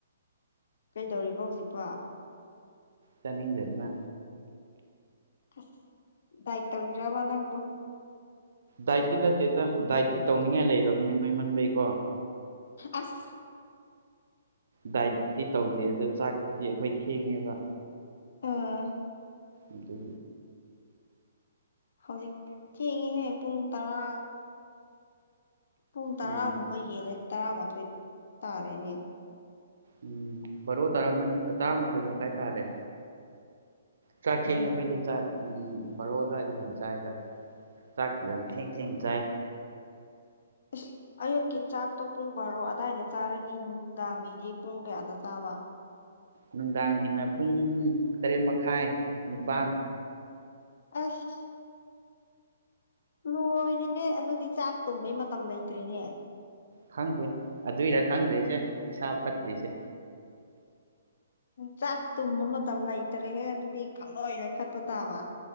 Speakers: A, on the left (about 60°); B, on the right (about 70°).
A: ꯀꯩꯗꯧꯔꯤꯕ ꯍꯧꯖꯤꯛꯐꯥꯎ
B: ꯆꯅꯤꯡꯗꯗꯨꯅ
A: ꯑꯁ ꯗꯥꯏ ꯇꯧꯕꯤꯔꯕ ꯅꯪꯗꯣ
B: ꯗꯥꯏꯠꯇꯤ ꯅꯠꯇꯦꯗ ꯗꯥꯏꯠꯇꯤ ꯇꯧꯅꯤꯡꯉꯥꯏ ꯂꯩꯔꯕꯅꯤ ꯅꯣꯏꯃꯟꯕꯩꯀꯣ
A: ꯑꯁ
B: ꯗꯥꯏꯠꯇꯤ ꯇꯧꯗꯦ ꯑꯗꯣ ꯆꯥꯛꯇꯤ ꯑꯩꯈꯣꯏ ꯊꯦꯡꯉꯦꯕ
A: ꯑꯥ
B: ꯑꯗꯨ
A: ꯍꯧꯖꯤꯛ ꯆꯦꯡꯉꯤꯍꯦ ꯄꯨꯡ ꯇꯔꯥ ꯄꯨꯡ ꯇꯔꯥꯒꯨꯝꯕ
B: ꯎꯝ
A: ꯍꯦꯜꯂꯦ ꯇꯔꯥꯃꯥꯊꯣꯏ ꯇꯥꯔꯦꯅꯦ
B: ꯎꯝ ꯕꯥꯔꯣ ꯇꯔꯥꯃ ꯇꯔꯥꯃꯥꯊꯣꯏ ꯃꯈꯥꯏ ꯇꯥꯔꯦ ꯆꯥꯛ ꯊꯦꯡꯉꯦ
A: ꯎꯝ
B: ꯑꯩꯈꯣꯏꯗꯤ ‌ꯆꯥꯛ ꯎꯝ ꯕꯥꯔꯣꯗꯥꯏꯗꯤ ꯑꯗꯨꯝ ꯆꯥꯏꯗ ꯆꯥꯛꯇꯤ ꯌꯥꯝ ꯊꯦꯡ ꯊꯦꯡ ꯆꯥꯏ
A: ꯏꯁ ꯑꯌꯨꯛꯀꯤ ꯆꯥꯛꯇꯣ ꯄꯨꯡ ꯕꯥꯔꯣ ꯑꯗꯥꯏꯗ ꯆꯥꯔꯗꯤ ꯅꯨꯡꯗꯥꯡꯒꯤꯗꯤ ꯄꯨꯡ ꯀꯌꯥꯗ ꯆꯥꯕ
B: ꯅꯨꯡꯗꯥꯡꯒꯤꯅ ꯄꯨꯡ ꯇꯔꯦꯠ ꯃꯈꯥꯏ ꯅꯤꯄꯥꯜ
A: ꯑꯁ ꯂꯣꯏꯔꯦꯍꯦ ꯑꯗꯨꯗꯤ ꯆꯥꯛ ꯇꯨꯝꯕꯩ ꯃꯇꯝ ꯂꯩꯇ꯭ꯔꯦꯅꯦ
B: ꯈꯪꯗꯦ ꯑꯗꯨꯏꯔ ꯈꯪꯗ꯭ꯔꯦꯁꯦ ꯏꯁꯥ ꯐꯠꯇ꯭ꯔꯤꯁꯦ
A: ꯆꯥꯛ ꯇꯨꯝꯕ ꯃꯇꯝ ꯂꯩꯇꯔꯦꯍꯦ ꯑꯗꯨꯗꯤ ꯈꯪ ꯅꯣꯏ ꯅꯣꯏꯈꯠꯄ ꯇꯥꯕ